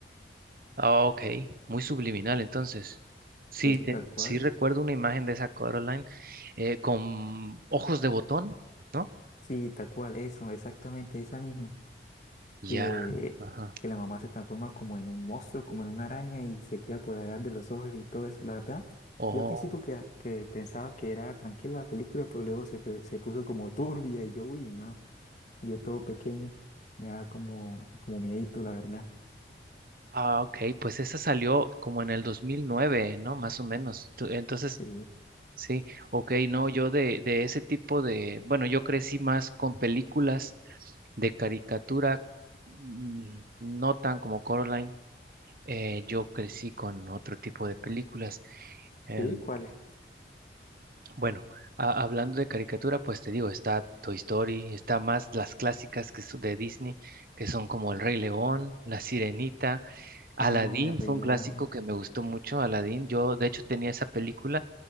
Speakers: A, on the right; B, on the left.
A: ah, ok, muy subliminal entonces. Sí,
B: Sí,
A: te-
B: tal cual.
A: sí recuerdo una imagen de esa Coraline eh, con ojos de botón, ¿no?
B: Sí, tal cual, eso, exactamente esa misma.
A: Ya,
B: Que,
A: ajá.
B: que la mamá se transforma como en un monstruo, como en una araña y se queda apoderada de los ojos y todo eso, la verdad.
A: Oh,
B: Yo al principio que, que pensaba que era tranquila la película, pero luego se, pe- se puso como turbia y yo, uy, no. y yo todo pequeño, me da como, como miedito, la verdad.
A: ah, ok, pues esa salió como en el dos mil nueve ¿no? Más o menos. Tu- Entonces,
B: Sí,
A: sí, ok, no, yo de, de ese tipo de, bueno, yo crecí más con películas De caricatura, mm, no tan como Coraline. eh, yo crecí con otro tipo de películas. Em,
B: sí, ¿cuál es?
A: bueno, a- hablando de caricatura, pues te digo, está Toy Story, está más las clásicas que son de Disney, que son como El Rey León, La Sirenita, Aladdin
B: Ah, Rey
A: fue
B: León.
A: un clásico que me gustó mucho, Aladdin. Yo, de hecho, tenía esa película.